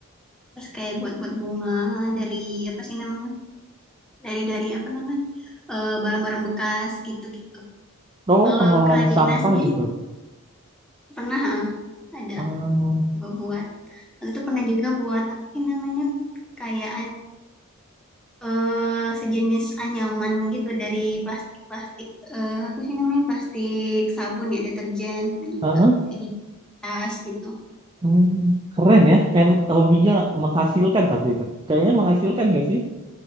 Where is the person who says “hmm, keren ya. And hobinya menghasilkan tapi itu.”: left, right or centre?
Right